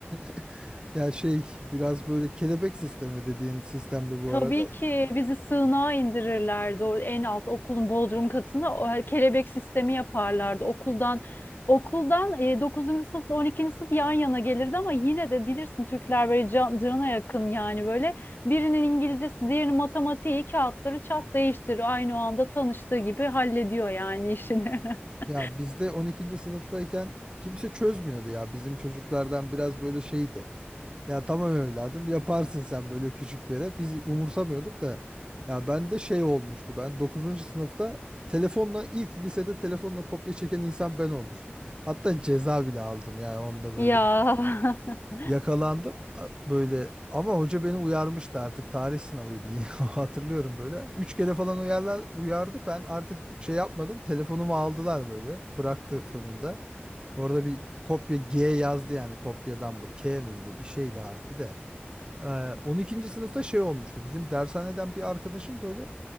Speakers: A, on the right (about 25°); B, on the left (about 55°).
A: <laughs> ya şey biraz böyle kelebek sistemi dediğin sistemde bu
B: Tabii
A: arada.
B: ki bizi sığınağa indirirlerdi. O en alt okulun bodrum katına o kelebek sistemi yaparlardı. Okuldan okuldan e, 9. sınıfla 12. sınıf yan yana gelirdi ama yine de bilirsin Türkler böyle can, cana yakın yani böyle birinin İngilizcesi diğerinin matematiği kağıtları çat değiştir aynı o anda tanıştığı gibi hallediyor yani işini. <laughs>
A: Ya bizde 12. sınıftayken kimse çözmüyordu ya. Bizim çocuklardan biraz böyle şeydi. Ya tamam evladım yaparsın sen böyle küçüklere. Biz umursamıyorduk da. Ya ben de şey olmuştu. Ben dokuzuncu sınıfta telefonla ilk lisede telefonla kopya çeken insan ben olmuştum. Hatta ceza bile aldım yani onda böyle.
B: Ya. <laughs>
A: Yakalandım A- böyle ama hoca beni uyarmıştı artık tarih sınavıydı yine <laughs> hatırlıyorum böyle. Üç kere falan uyarlar, uyardı ben artık şey yapmadım telefonumu aldılar böyle bıraktı sonunda. Orada bir kopya G yazdı yani kopyadan mı K miydi bir şeydi harfi de. Ee, on ikinci sınıfta şey olmuştu bizim dershaneden bir arkadaşım böyle